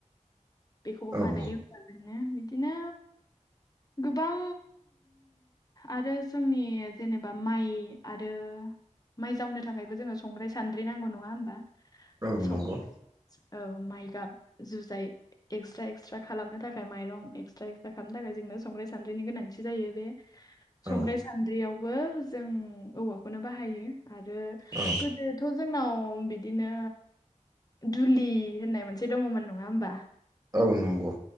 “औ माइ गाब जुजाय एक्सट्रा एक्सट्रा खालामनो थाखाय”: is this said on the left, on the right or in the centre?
Left